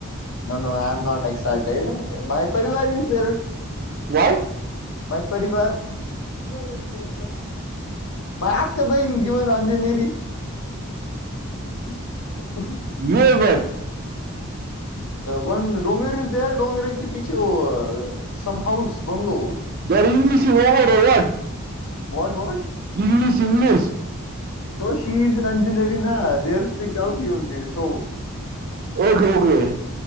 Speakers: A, on the left; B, on the right.
A: no no I'm not excited my परिवार इज देअर.
B: व्हाय.
A: बाय परिवार <unintelligible> माय आत्ता बईण घेऊन अंजनेरी <inaudible>
B: वेळवेट <unintelligible>
A: वन डोंगर इज देअर डोंगरे के पिछे व सम हाऊस बंगलो.
B: जर इंगलीशिंग वाट <unintelligible>
A: व्हाट व्हाट.
B: English English.
A: हो शीज रंजनेली ना देड स् पी गावठी येऊन त so.
B: Okay okay